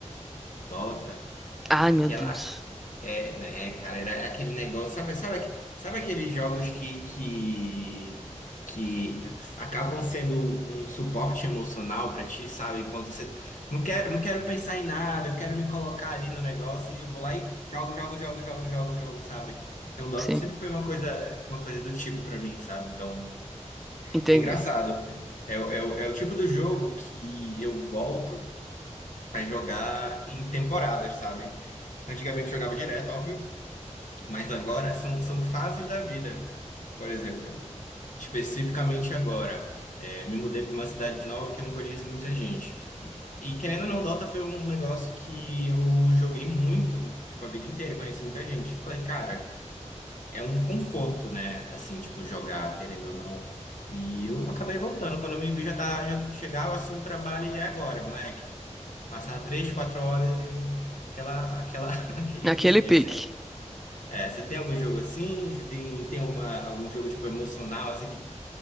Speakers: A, on the left; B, in the centre.
A: Dota.
B: Ai,
A: Aquela,
B: meu Deus.
A: É, né, cara, era aquele negócio, sabe, sabe, aque- sabe aqueles jogos que, que, que acabam sendo um, um suporte emocional pra ti, sabe? Enquanto você não quero, não quero pensar em nada, eu quero me colocar ali no negócio e eu vou lá e jogo, jogo, jogo, jogo, jogo, jogo, sabe? Então, Dota
B: Sim,
A: sempre foi uma coisa, uma coisa do tipo pra mim, sabe? Então,
B: entender.
A: é engraçado. É, o- é, o- é o tipo do jogo que eu volto pra jogar em temporadas, sabe? Antigamente eu jogava direto, óbvio. Mas agora são, são fases da vida. Por exemplo, especificamente agora, é, me mudei para uma cidade nova que eu não conheço muita gente. E, e querendo ou não, Dota foi um negócio que eu joguei muito, tipo, a vida inteira, e conheci muita gente. Falei, cara, é um conforto, né? Assim, tipo, jogar, querendo ou não. E eu acabei voltando. Quando eu me vi, já, tá, já chegava assim no trabalho e é agora, moleque. Passar três, quatro horas e aquela, aquela, <laughs> aquele
B: Naquele
A: vício
B: pique.
A: de sempre. É, você tem algum jogo assim? Você tem, tem uma, algum jogo tipo emocional assim que,